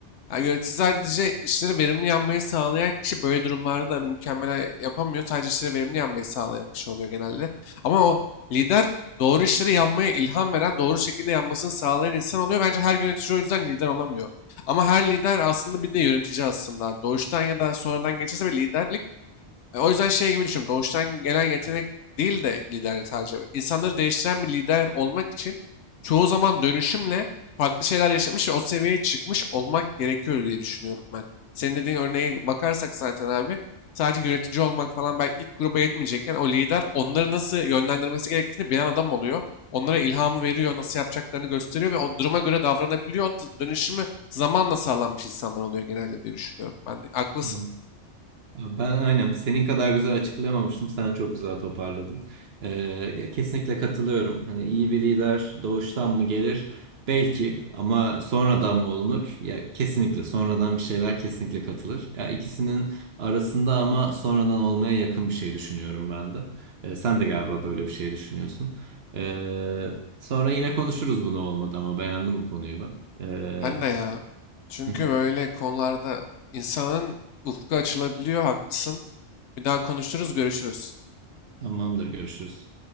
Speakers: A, on the left (about 75°); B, on the right (about 60°).
A: Yani yönetici sadece işleri verimli yapmayı sağlayan kişi böyle durumlarda mükemmel yapamıyor. Sadece işleri verimli yapmayı sağlayan kişi oluyor genelde. Ama o lider doğru işleri yapmaya ilham veren, doğru şekilde yapmasını sağlayan insan oluyor. Bence her yönetici o yüzden lider olamıyor. Ama her lider aslında bir de yönetici aslında. abi. Doğuştan ya da sonradan geçirse bir liderlik e, o yüzden şey gibi düşün. Doğuştan gelen yetenek değil de liderlik sadece. İnsanları değiştiren bir lider olmak için çoğu zaman dönüşümle farklı şeyler yaşamış ve o seviyeye çıkmış olmak gerekiyor diye düşünüyorum ben. Senin dediğin örneğe bakarsak zaten abi sadece yönetici olmak falan belki ilk gruba yetmeyecekken o lider onları nasıl yönlendirmesi gerektiğini bilen adam oluyor. Onlara ilhamı veriyor, nasıl yapacaklarını gösteriyor ve o duruma göre davranabiliyor. O dönüşümü zamanla sağlanmış insanlar oluyor genelde diye düşünüyorum. Ben de haklısın.
B: Hı. Ben aynen senin kadar güzel açıklayamamıştım. Sen çok güzel toparladın. Ee, kesinlikle katılıyorum. Hani iyi bir lider doğuştan mı gelir? Belki ama sonradan mı olunur? Ya kesinlikle sonradan bir şeyler kesinlikle katılır. Ya ikisinin arasında ama sonradan olmaya yakın bir şey düşünüyorum ben de. Ee, sen de galiba böyle bir şey düşünüyorsun. Ee, sonra yine konuşuruz bunu olmadı ama beğendim bu konuyu ben. Ee,
A: Ben de ya. Çünkü
B: hı hı.
A: böyle konularda insanın ufku açılabiliyor, haklısın. Bir daha konuşuruz, görüşürüz.
B: Tamamdır görüşürüz.